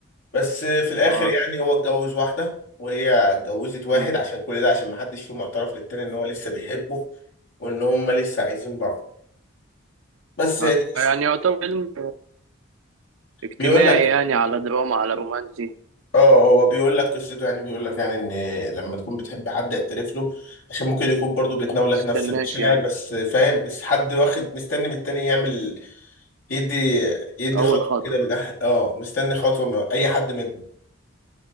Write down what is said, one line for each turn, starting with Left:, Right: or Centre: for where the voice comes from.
Left: بس آه، في الآخر
Right: اه
Left: يعني هو اتجوز واحدة وهي اتجوزت واحد
Right: مم.
Left: عشان كل ده عشان محدش فيهم اعترف للتاني إن هو لسه بيحبه وإن هما لسه عايزين بعض بس
Right: آه،
Left: هي دي قصة-
Right: يعني يعتبر فيلم اجتماعي
Left: بيقول لك
Right: يعني على دراما على رومانسي ما
Left: اه هو بيقول لك قصته يعني بيقول لك يعني ان لما تكون بتحب حد اعترف له عشان ممكن يكون برضو بتناولك
Right: تستناش
Left: نفس المشاعر
Right: يعني
Left: بس فاهم بس حد واخد مستني من التاني يعمل يدي يدي
Right: اول
Left: خطوة
Right: خطوه
Left: كده من أح- اه مستني خطوة من اي حد منهم